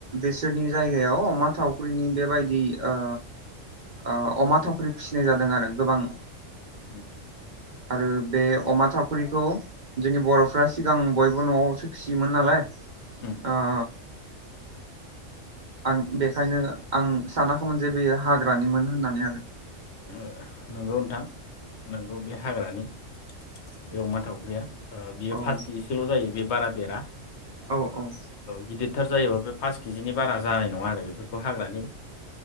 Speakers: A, on the right; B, on the left.
A: बेसोरनि जायगायाव अमा थावख्रिनि बेबायदि ओ ओ अमा थावख्रि फिसिनाय जादों आरो गोबां
B: उम
A: आरो बे अमा थावख्रिखौ जोंनि बर'फ्रा सिगां बयबो न'आवसो फिसियोमोन नालाय ओ
B: उम
A: आं बेखायनो आं सानाखैमोन जे बेयो हाग्रानिमोन होननानै आं
B: ओ नंगौ नोंथां नंगौ बे हाग्रानि बे अमा थावख्रिया ओ बियो
A: औ
B: फास केजिसोल' जायो बे बारा देरा
A: औ औ
B: गिदिरथार जायोबा बे पास केजिनि बारा जानाय नङा आरो बेफोरखौ हाग्रानि